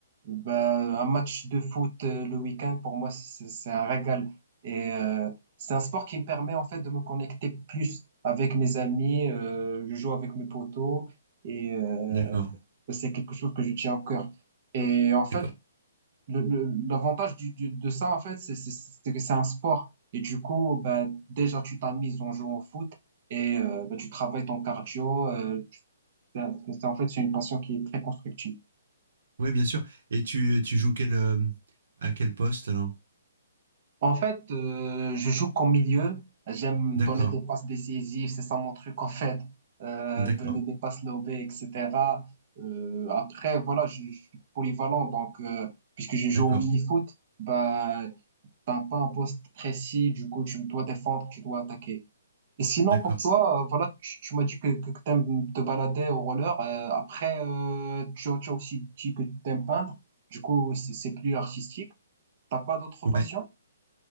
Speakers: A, on the right; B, on the right.
A: ben, un match de foot euh, le week-end pour moi, c'est c'est un régal. Et euh, c'est un sport qui me permet en fait de me connecter plus avec mes amis. euh, je joue avec mes potos et euh,
B: D'accord.
A: c'est quelque chose que je tiens au cœur. Et en fait,
B: D'accord.
A: le- le- l'avantage du, du- de ça, en fait, c'est c'est- c'est que c'est un sport. Et du coup, bah, déjà, tu t'amuses en jouant au foot et euh, bah, tu travailles ton cardio. euh, tu- c'est- c'est- en fait, c'est une passion qui est très constructive.
B: Oui, bien sûr. Et tu, tu joues quel, euh, à quel poste, alors?
A: En fait, euh, je joue comme milieu. J'aime
B: D'accord.
A: donner des passes décisives. C'est ça mon truc, en fait. Euh,
B: D'accord.
A: donner des passes lobées, etc. Euh, après, voilà, je, je suis polyvalent. Donc, euh, puisque je joue
B: D'accord.
A: au mini-foot, bah, t'as pas un poste précis. Du coup, tu dois défendre, tu dois attaquer. Et sinon,
B: D'accord.
A: pour toi, euh, voilà, tu, tu m'as dit que, que, tu aimes te balader au roller. euh, après, euh, tu, as tu as aussi dit que tu aimes peindre. Du coup, c'est c'est plus artistique. T'as pas d'autres
B: Ouais.
A: passions?